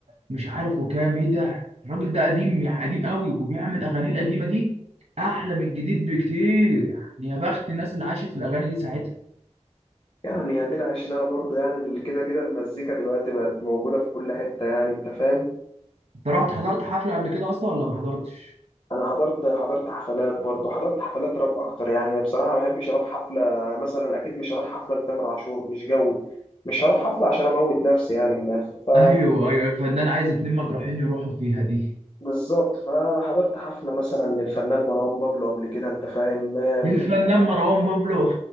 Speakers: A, on the right; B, on the left.
A: مش عارف وكام إيه ده الراجل ده قديم يعني قديم قوي وبيعمل أغاني القديمة دي أحلى من الجديد بكتير يعني يا بخت الناس اللي عاشت في الأغاني دي ساعتها
B: يعني ادينا عشناها برضه يعني اللي كده كده المزيكا دلوقتي بقت موجودة في كل حتة يعني انت فاهم
A: أنت رحت حضرت حفلة قبل كده أصلا ولا ما حضرتش؟
B: انا حضرت حضرت حفلات برضه حضرت حفلات راب اكتر يعني بصراحة ما بحبش اروح حفلة مثلا اكيد مش هروح حفلة لتامر عاشور مش جوي مش هروح حفلة عشان اموت نفسي يعني من الاخر ف
A: أيوه أيوه الفنان عايز اتنين مجروحين يروحوا فيها دي
B: بالظبط فحضرت حفلة مثلا للفنان مروان بابلو قبل كده انت فاهم آه، بتبقى
A: الفنان
B: فيها
A: مروان بابلو